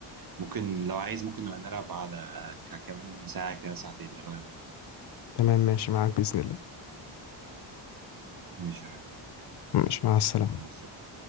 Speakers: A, on the right (about 45°); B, on the left (about 55°).
A: ممكن لو عايز ممكن نبقى نلعب على ك- كمان ساعة كده ساعتين ايه رأيك؟
B: تمام ماشي معاك بإذن الله
A: ماشي يا حبيبي
B: ماشي مع السلامة
A: مع السلامة